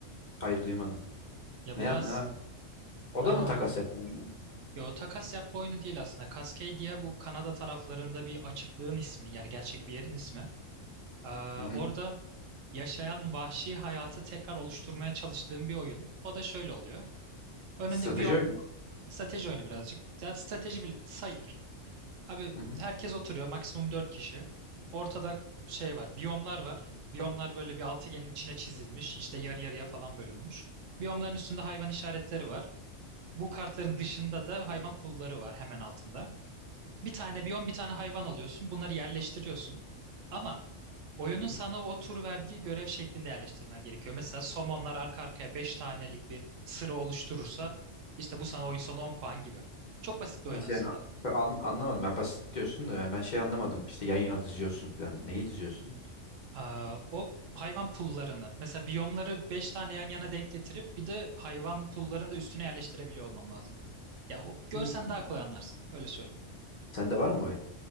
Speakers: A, on the left; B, on the right.
A: Hayır duymadım.
B: Ya
A: Ne
B: bu
A: ya-
B: da as
A: ne? abi? O
B: Aa,
A: da mı takas yapma oyunu?
B: yo takas yapma oyunu değil aslında. Cascadia bu Kanada taraflarında bir açıklığın ismi. Yani gerçek bir yerin ismi. Aa,
A: Hı hı.
B: orada yaşayan vahşi hayatı tekrar oluşturmaya çalıştığım bir oyun. O da şöyle oluyor. Önünde
A: Strateji
B: biyom
A: oyunu mu?
B: Strateji oyunu birazcık. Zaten strateji bil- sayılır. Abi
A: Hı hı.
B: herkes oturuyor. Maksimum 4 kişi. Ortada şey var. Biyomlar var. Biyomlar böyle bir altıgenin içine çizilmiş. işte yarı yarıya falan bölünmüş. Biyomların üstünde hayvan işaretleri var. Bu kartların dışında da hayvan pulları var hemen altında. Bir tane biyon bir tane hayvan alıyorsun. Bunları yerleştiriyorsun. Ama oyunun
A: Hı.
B: sana o tur verdiği görev şeklinde yerleştirmen gerekiyor. Mesela somonlar arka arkaya 5 tanelik bir sıra oluşturursa işte bu sana oyun sonu 10 puan gibi. Çok basit bir oyun
A: Nasıl
B: aslında.
A: yani? Ben an- anlamadım. Ya basit diyorsun da yani ben şey anlamadım. İşte yan yana diziyorsun falan. Neyi diziyorsun?
B: Aa, o hayvan pullarını mesela biyomları 5 tane yan yana denk getirip bir de hayvan pullarını da üstüne yerleştirebiliyor olmam lazım. Ya o, görsen
A: Hmm.
B: daha kolay anlarsın. Öyle söyleyeyim.
A: Sende var mı bu oyun?